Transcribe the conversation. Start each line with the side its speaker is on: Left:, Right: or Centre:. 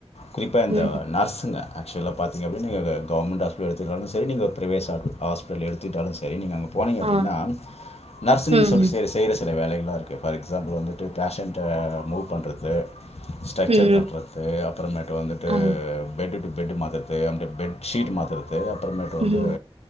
Left: குறிப்பாக இந்த
Right: ம்
Left: நர்ஸுங்க ஆக்சுவலாக பாதிங்கனா நீங்க கவர்மெண்ட் ஹாஸ்பிட்டல் எடுத்துட்டாலும் சரி நீங்க பிரவேஹாஸ்பல் எடுத்துட்டாலும் சரி நீங்க அங்க போனீங்க
Right: ஆ
Left: அப்படின்னா நர்ஸு
Right: ம்
Left: சொல்லி செய்யுற சில வேலைகளாக இருக்குது ஃபார் எக்ஸாம்பிள் வந்துட்டு பேட்டியன்ட் மூவ் பண்ணுறது ஸ்ட்ரக்சர்
Right: ம்
Left: தள்ளறது அப்புறமேட்டு வந்துட்டு
Right: ஆ
Left: பெட்டு பெட் மாத்தறது அ பெட் ஷீட் மாத்தறது அப்புற மேட் வந்து
Right: ம்